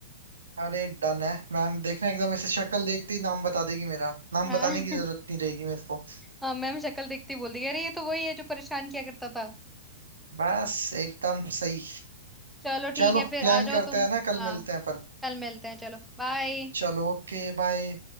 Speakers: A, on the right (about 85°); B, in the centre.
A: अरे डन है मैम देखना एकदम ऐसे शक्ल देखते ही नाम बता देगी मेरा नाम
B: हाँ
A: बताने
B: <laughs>
A: की जरूरत नहीं रहेगी मेरे को
B: हाँ मैम शक्ल देखते ही बोल दी अरे ये तो वही है जो परेशान किया करता था
A: बस एकदम सही
B: चलो
A: चलो
B: ठीक है फिर
A: प्लान
B: आ जाओ
A: करते
B: तुम
A: हैं ना
B: हाँ
A: कल मिलते हैं अपन
B: कल मिलते हैं चलो बाय
A: चलो ओके बाय